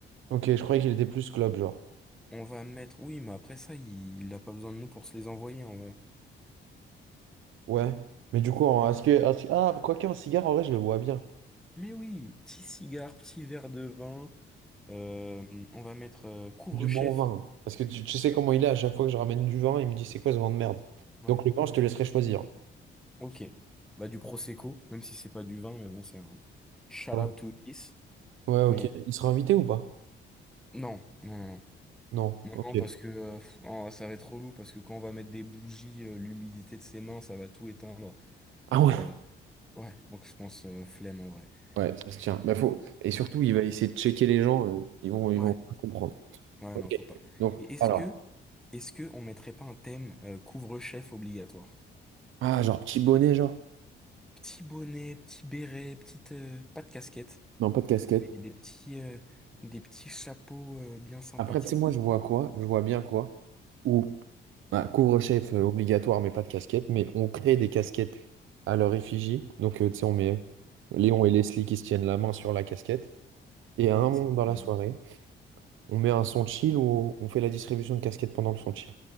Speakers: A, on the right; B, in the centre.
A: Ok, je croyais qu'il était plus club, genre.
B: On va mettre. Oui, mais après ça, il... il a pas besoin de nous pour se les envoyer en vrai.
A: Ouais. Mais du coup, en- est-ce que, est-ce que- Ah, quoique en cigare, en vrai, je le vois bien.
B: Mais oui, petit cigare, petit verre de vin. euh, on va mettre euh, couvre-chef.
A: Du bon vin. Parce que tu, tu sais comment il est, à chaque fois que je ramène du vin, il me dit, c'est quoi ce vin de merde?
B: Ouais,
A: Donc le vin, je te laisserai choisir.
B: ok. Bah, du Prosecco, même si c'est pas du vin, mais bon, c'est un shout
A: Ouais.
B: out to this.
A: Ouais, ok.
B: Mais
A: Il sera invité ou pas?
B: non, non, non,
A: Non.
B: non,
A: Ok.
B: non, parce que euh, pff, oh, ça va être relou, parce que quand on va mettre des bougies, euh, l'humidité de ses mains, ça va tout éteindre.
A: Ah ouais.
B: Euh, ouais, donc je pense euh, flemme en vrai.
A: Ouais, ça se tient. Bah,
B: Euh,
A: faut... Et surtout, il va essayer de checker les gens, euh, ils vont, ils
B: ouais.
A: vont pas comprendre.
B: Ouais,
A: Ok.
B: non, faut pas.
A: Donc,
B: Et est-ce
A: alors.
B: que, est-ce que on mettrait pas un thème euh, couvre-chef obligatoire?
A: Ah, genre petit bonnet, genre.
B: Petit bonnet, petit béret, petite, euh, pas de casquette,
A: Non, pas de casquette.
B: mais des petits, euh, des petits chapeaux euh, bien sympathiques.
A: Après, tu sais, moi, je vois quoi? Je vois bien quoi? Ou Ah, couvre-chef euh, obligatoire, mais pas de casquette. Mais on crée des casquettes à leur effigie. Donc, euh, tu sais, on met euh, Léon et Leslie qui se tiennent la main sur la casquette. Et à un
B: Qu'est-ce
A: moment
B: que
A: dans
B: c'est
A: la
B: mieux
A: soirée, on met un son chill où on fait la distribution de casquettes pendant le son chill.